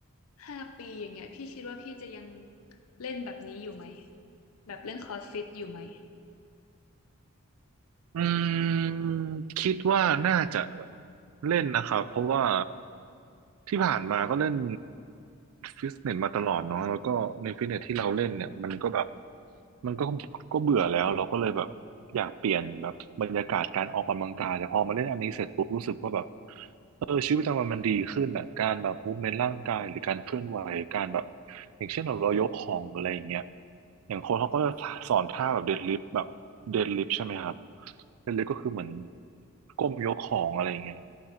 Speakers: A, on the left; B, on the right.
A: ห้าปีอย่างเงี้ยพี่คิดว่าพี่จะยังเล่นแบบนี้อยู่ไหมแบบเล่นครอสฟิตอยู่ไหม
B: อืมคิดว่าน่าจะเล่นนะครับเพราะว่าที่ผ่านมาก็เล่นฟิตเนสมาตลอดเนาะแล้วก็ในฟิตเนสที่เราเล่นเนี่ยมันก็แบบมันก็ก็เบื่อแล้วเราก็เลยแบบอยากเปลี่ยนแบบบรรยากาศการออกกำลังกายแต่พอมาเล่นอันนี้เสร็จปุ๊บรู้สึกว่าแบบเออชีวิตประจำวันมันดีขึ้นอ่ะการแบบมูฟเมนต์ร่างกายหรือการเคลื่อนไหวการแบบอย่างเช่นเราเรายกของหรืออะไรอย่างเงี้ยอย่างโค้ชเขาก็จะสอนท่าแบบเดดลิฟต์แบบเดดลิฟต์ใช่ไหมครับ เล่นเล็กๆก็คือเหมือนก้มยกของอะไรอย่างเงี้ย